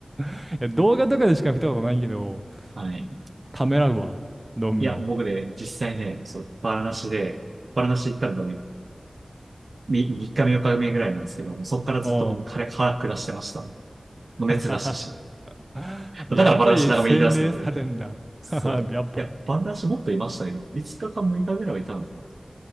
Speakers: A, on the right (about 25°); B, on the right (about 70°).
A: いや、動画とかでしか見たことないけど、
B: はい。
A: ためらうわ、飲むの。
B: いや、僕ね、実際ね、そう、バラナシで、バラナシ行ったのが3、み三日目、4日目ぐらいなんですけど、そっからずっと僕、
A: う
B: 彼、腹下してました。もう熱出したし。
A: ん。<laughs> <laughs>
B: だからバラナシ長めにいたんですけどね。
A: やっぱり洗練されるんだ。
B: そう。
A: <laughs> やっぱ、
B: いや、バラナシもっといましたね。5日か6日ぐらいはいたのかな。